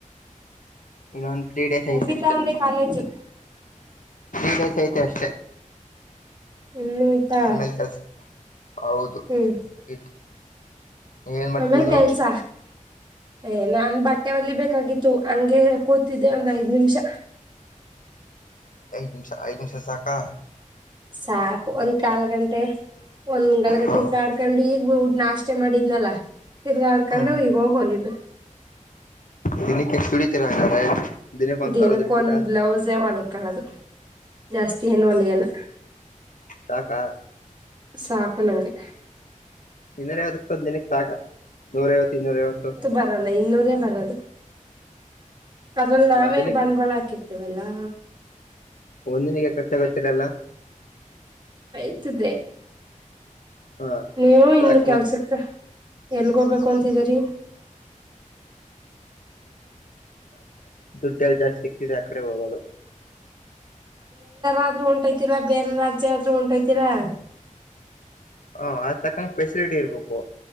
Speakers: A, on the left; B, on the right.
A: ಇನ್ನೊಂದ್ ತ್ರೀ ಡೇಸ್
B: ಮುಗಿತಾ
A: ಐತೆ ಅಷ್ಟೆ
B: ಅಂದೆ ಕಾಲೇಜು
A: ಸ ಐತೆ ಅಷ್ಟೆ
B: ಇನ್ನು ಆಯ್ತಾ
A: ಆಮೇಲೆ ಕೆಲ್ಸ ಹೌದು
B: ಹ್ಮ್
A: ಮುಗೀತು ನೀವ ಏನ್ ಮಾಡ್ತಿರೋದು
B: ಆಮೇಲ್ ಕೆಲ್ಸ ಏ ನನ್ ಬಟ್ಟೆಲಿ ಬೇಕಾಗಿತ್ತು ಹಂಗೆ ಕೂತಿದ್ದೆ ಒಂದ್ ಐದ್ ನಿಮಿಷ
A: ನಿಮಿಷ ಐ ನಿಮಿಷ ಸಾಕಾ
B: ಸಾಕು ಒಂದ್ ಕಾಲ್ ಗಂಟೆ ಒಂದ್ ಳಗ
A: ಹ
B: ತಿೀರ್ಕಾ ಆಡ್ಕೊಂಡು ಈಗ ಹಡ್ ನಾಸ್ೆ ಮಾಡಿದ್ನಲ್ಲ ತಿರ ನಡಕಂಡ
A: ಹ
B: ಹೋಗಗೋಗಲಿ
A: ದಿನಕ್ಕೆ ಎಷ್ಟು ದುಡಿತೀರಾ ಹಂಗಾದ್ರೆ ದಿನಕ್ಕೆ ಒಂದ್
B: ದಿನಕ್ಕ
A: ಸಾವಿರ ದುಡಿತೀರಾ
B: ಒಂದ್ ಬ್ಲೌಸೇ ಹೊಲ್ಕಳದು ಜಾಸ್ತಿ ಏನು ಹೊಲಿಯಲ್ಲ
A: ಸಾಕಾ
B: ಸಾಕು ನಂಗೆ
A: ಇನ್ನೂರ ಯಾವ್ದ ಇಪ್ಪ ದಿನಕ್ ಸಾಕ ನೂರ ಐವತ್ತು ಇನ್ನೂರ ಐವತ್ತು
B: ಬರಲ್ಲ ಇನ್ನೂರೇ ಬರದು ಅದ್ರಲ್ಲಿ ನಾವೇ
A: ಒಂದ್ ದಿನಕ್ಕೆ
B: ಬಂಡವಾಳ ಹಾಕಿರ್ತೀವಲ್ಲಾ
A: ಒಂದಿನಿಗೆ ಖರ್ಚಾಗೊತ್ತೀರಲ್ಲ
B: ಆಯ್ತದೆ
A: ಹ
B: ನೀವು
A: ಸಾಕ
B: ಇನ್ನು ಕೆಲ್ಸಕ್ಕ ಎಲ್ಗೋಗ್ಬೇಕು ಅಂತಿದೀರಿ
A: ದುಡ್ಡು ಎಲ್ಲ ಜಾಸ್ತಿ ಸಿಗ್ತಿದೆ ಆ ಕಡೆ ಹೋಗದು
B: ಆದ್ರರು ಉಂಟೈತಿರಾ ಬೇರೆ ರಾಜ್ಯ ಆದ್ರರು ಉಂಟೈತೀರಾ
A: ಹಾ ಅದ್ ತಕ್ಕಂಗ ಫೆಸಿಲಿಟಿ ಇರ್ಬೇಕು